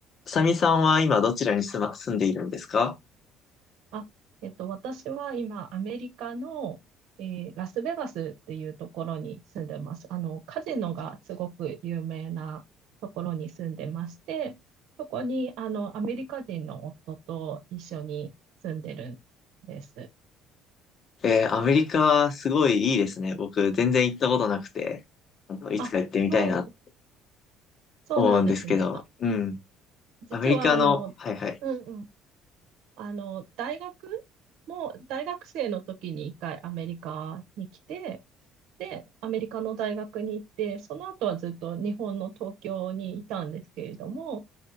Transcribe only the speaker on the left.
サミさんは今どちらに住ま、住んでいるんですか
えー、アメリカはすごいいいですね。僕全然行ったことなくて、あの、いつか行ってみたいなと
思うんですけど、
うん。
アメリカの、
はいはい。